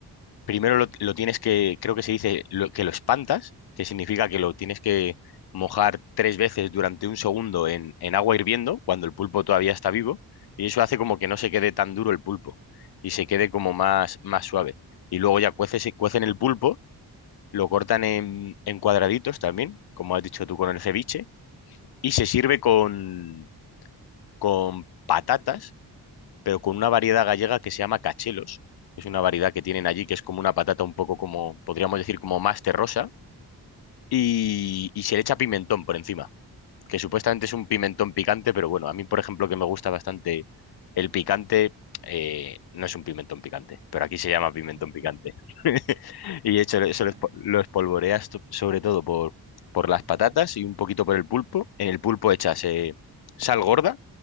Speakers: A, on the left (about 70°); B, on the right (about 60°).
A: Primero lo, lo tienes que, creo que se dice lo- que lo espantas, que significa que lo tienes que mojar tres veces durante un segundo en, en agua hirviendo, cuando el pulpo todavía está vivo, y eso hace como que no se quede tan duro el pulpo y se quede como más, más suave. Y luego ya cueces, cuecen el pulpo, lo cortan en, en cuadraditos también, como has dicho tú con el ceviche, y se sirve con, con patatas pero con una variedad gallega que se llama cachelos. Es una variedad que tienen allí que es como una patata un poco como, podríamos decir, como más terrosa. Y, y se le echa pimentón por encima, que supuestamente es un pimentón picante, pero bueno, a mí, por ejemplo, que me gusta bastante el picante, eh, no es un pimentón picante, pero aquí se llama pimentón
B: <laughs>
A: picante. <laughs> Y de hecho, eso
B: Me imagino.
A: lo, espo- lo espolvoreas to- sobre todo por, por las
B: Ujú.
A: patatas y un poquito por el pulpo. En el pulpo echas eh, sal gorda,